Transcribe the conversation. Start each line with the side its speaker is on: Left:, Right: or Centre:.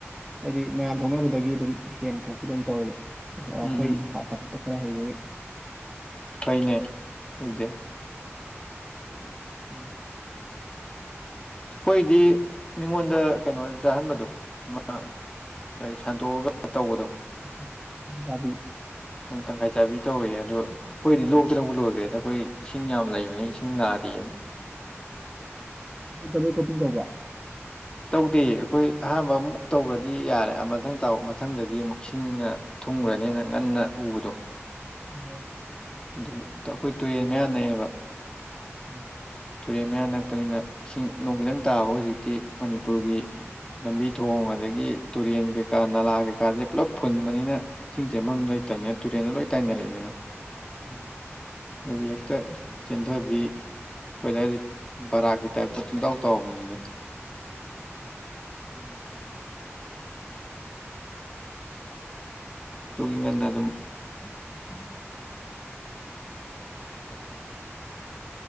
Centre: ꯍꯥꯏꯗꯤ ꯃꯌꯥꯝ ꯊꯣꯛꯅꯕꯗꯒꯤ ꯑꯗꯨꯝ ꯍꯦꯟꯅ ꯊꯣꯛꯄꯤꯗꯣ ꯑꯗꯨꯝ ꯇꯧꯋꯦꯕ ꯑꯥ ꯑꯩꯈꯣꯏ
Left: ꯎꯝ ꯎꯝ
Centre: ꯐꯥꯊꯔꯗꯣ ꯈꯔ ꯍꯩꯕꯒꯤ
Left: ꯐꯩꯅꯦ ꯑꯗꯨꯗꯤ
Centre: ꯎꯝ
Left: ꯑꯩꯈꯣꯏꯗꯤ ꯃꯤꯉꯣꯟꯗ ꯀꯩꯅꯣ ꯆꯥꯍꯟꯕꯗꯣ ꯑꯃ ꯀꯔꯤ ꯁꯥꯟꯇꯣꯛꯑꯒ ꯇꯧꯕꯗꯣ
Centre: ꯂꯧꯁꯥꯟ ꯆꯥꯕꯤ
Left: ꯅꯪ ꯇꯪꯈꯥꯏ ꯆꯥꯕꯤ ꯇꯧꯔꯦꯌꯦ ꯑꯗꯨ ꯑꯩꯈꯣꯏꯗꯤ ꯂꯣꯛꯇꯅꯕꯨ ꯂꯣꯏꯈ꯭ꯔꯦꯗ ꯑꯩꯈꯣꯏ ꯏꯁꯤꯡ ꯌꯥꯝ ꯂꯩꯕꯅꯤ ꯏꯁꯤꯡ ꯂꯥꯛꯑꯗꯤꯅ
Centre: ꯅꯣꯏ ꯗꯕꯜ ꯀ꯭ꯔꯣꯄꯤꯡ ꯇꯧꯕ꯭ꯔꯣ
Left: ꯇꯧꯗꯦ ꯑꯩꯈꯣꯏ ꯑꯍꯥꯟꯕ ꯑꯃꯨꯛ ꯇꯧꯈ꯭ꯔꯗꯤ ꯌꯥꯔꯦ ꯑ ꯃꯊꯪ ꯇꯧ ꯃꯊꯪꯗꯗꯤ ꯑꯃꯨꯛ ꯏꯁꯤꯡꯅ ꯊꯨꯝꯒ꯭ꯔꯅꯦꯅ ꯉꯟꯅ ꯎꯕꯗꯣ
Centre: <unintelligible>
Left: ꯑꯗꯨ ꯑꯩꯈꯣꯏ ꯇꯨꯔꯦꯟ ꯃꯌꯥ ꯅꯛꯑꯦꯕ
Centre: ꯎꯝ
Left: ꯇꯨꯔꯦꯟ ꯃꯌꯥ ꯅꯛꯄꯅꯤꯅ ꯏꯁꯤꯡ ꯅꯣꯡ ꯈꯤꯇꯪ ꯇꯥꯕ ꯍꯧꯖꯤꯛꯇꯤ ꯃꯅꯤꯄꯨꯔꯒꯤ ꯂꯝꯕꯤ ꯊꯣꯡ ꯑꯗꯒꯤ ꯇꯨꯔꯦꯟ ꯀꯩꯀꯥ ꯅꯥꯂꯥ ꯀꯩꯀꯥꯁꯦ ꯄꯨꯜꯂꯞ ꯐꯨꯟꯕꯅꯤꯅ ꯏꯁꯤꯡ ꯆꯦꯐꯝꯗꯣ ꯂꯩꯇꯕꯅꯤꯅ ꯇꯨꯔꯦꯟꯗ ꯂꯣꯏ ꯇꯥꯏꯅꯔꯛꯏꯗꯅ
Centre: ꯎꯝ
Left: ꯑꯗꯨꯒꯤ ꯍꯦꯛꯇ ꯆꯦꯟꯊꯕꯤ ꯑꯩꯈꯣꯏꯗ ꯑꯗꯥꯏꯗꯤ ꯕꯔꯥꯛꯀꯤ ꯇꯥꯏꯞꯇ ꯄꯨꯡꯇꯥꯎ ꯇꯧꯕꯤꯅꯤꯗꯣ
Centre: ꯎꯝ
Left: ꯑꯗꯨꯒꯤ ꯉꯟꯅ ꯑꯗꯨꯝ
Centre: <unintelligible>